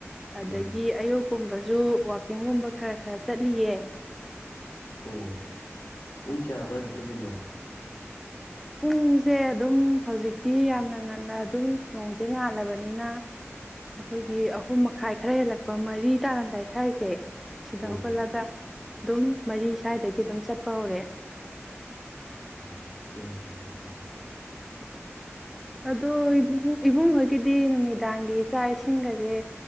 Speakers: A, in the centre; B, on the left.
A: ꯑꯗꯒꯤ
B: ꯎꯝ
A: ꯑꯌꯨꯛ ꯀꯨꯝꯕꯁꯨ ꯋꯥꯋꯥꯛꯀꯤꯡꯒꯨꯝꯕ ꯈꯔ- ꯈꯔ ꯆꯠꯂꯤꯌꯦ꯫
B: ꯑꯣ ꯄꯨꯡ ꯀꯌꯥ ꯑꯗꯨꯗꯋꯥꯏꯗ ꯆꯠꯂꯤꯅꯣ?
A: ꯄꯨꯡꯁꯦ ꯑꯗꯨꯝ ꯍꯧꯖꯤꯛꯇꯤ ꯌꯥꯝꯅ ꯉꯟꯅ ꯑꯗꯨꯝ ꯅꯣꯡꯁꯦ ꯉꯥꯜꯂꯕꯅꯤꯅ ꯑꯩꯈꯣꯏꯒꯤ ꯑꯍꯨꯝ ꯃꯈꯥꯏ ꯈꯔ ꯍꯦꯜꯂꯛꯄ ꯃꯔꯤ ꯇꯥꯔꯝꯗꯥꯏ ꯁ꯭ꯋꯥꯏꯁꯦ ꯁꯤꯗ
B: ꯑꯣ
A: ꯍꯧꯒꯠ ꯂꯒꯥ ꯑꯗꯨꯝ ꯃꯔꯤ ꯁ꯭ꯋꯥꯏꯗꯒꯤ ꯑꯗꯨꯝ ꯆꯠꯄ ꯍꯧꯔꯛꯑꯦ꯫
B: ꯑꯣ ꯑꯁ ꯌꯥꯝ ꯐꯩꯅꯦ ꯑꯗꯨꯗꯤ ꯫
A: ꯑꯗꯣ ꯏꯕꯨꯡ ꯏꯕꯨꯡ ꯍꯣꯏꯒꯤꯗꯤ ꯅꯨꯃꯤꯠ ꯅꯨꯃꯤꯗꯥꯡꯒꯤ ꯆꯥꯛ ꯏꯁꯤꯡꯒꯁꯦ